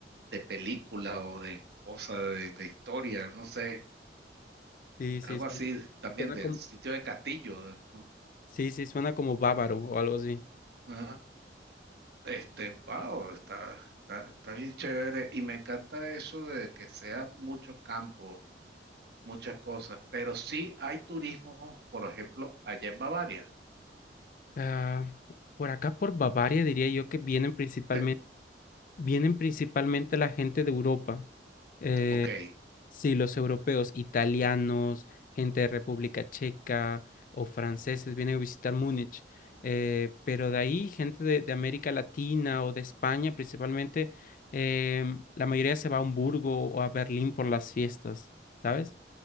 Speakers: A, on the right; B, on the left.
A: de película o de cosa, de, de historia, no sé,
B: Sí,
A: algo
B: sí, sí,
A: así, también
B: suena
A: de
B: como,
A: sitio de castillo. de- mm,
B: sí, sí, suena como bávaro o algo así.
A: Ajá. Este, wow, está, está, está bien chévere. Y me encanta eso de que sea muchos campos, muchas cosas. Pero sí hay turismo, por ejemplo, allá en Bavaria.
B: Ah, por acá, por Bavaria, diría yo que vienen principalmente.
A: Te-
B: Vienen principalmente la gente de Europa. Mm. Eh,
A: ok,
B: sí, los europeos, italianos, gente de República Checa o franceses vienen a visitar Múnich. Eh, pero de ahí, gente de, de América Latina o de España principalmente, eh, la mayoría se va a Hamburgo o a Berlín por las fiestas, ¿sabes?